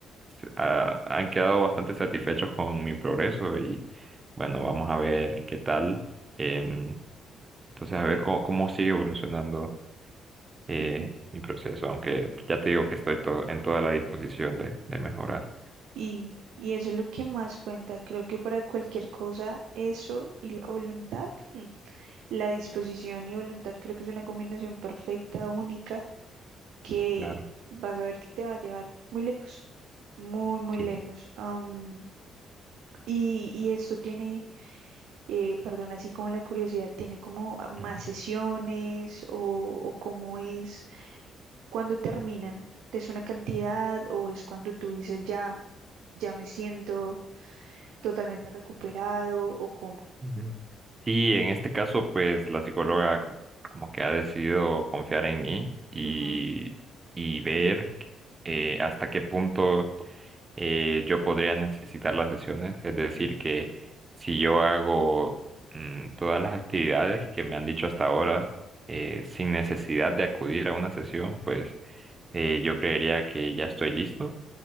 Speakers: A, on the right; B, on the right.
A: se- ah, han quedado bastante satisfechos con mi progreso y bueno, vamos a ver qué tal. Em, entonces, a ver cómo, cómo sigue evolucionando eh,
B: ujú.
A: mi proceso, aunque ya te digo que estoy to- en toda la disposición de, de mejorar.
B: Y, y eso es lo que más cuenta. Creo que para cualquier cosa, eso y la voluntad <laughs> La disposición y voluntad creo que es una combinación perfecta, única, que
A: Claro,
B: vas a ver que te va a llevar muy lejos, muy, muy
A: sí.
B: lejos. Am, y, y esto tiene, eh, perdón, así como la curiosidad, tiene como más
A: Ujú,
B: sesiones o, o cómo es cuando terminan. ¿Es una cantidad o es cuando tú dices ya, ya me siento totalmente recuperado o cómo?
A: ujú. Sí, en este caso, pues la psicóloga co- como que ha decidido confiar en mí y,
B: Ujú,
A: y ver eh, hasta qué punto eh, yo podría necesitar las sesiones. Es decir, que si yo hago mm, todas las actividades que me han dicho hasta ahora eh, sin necesidad de acudir a una sesión, pues eh, yo creería que ya estoy listo.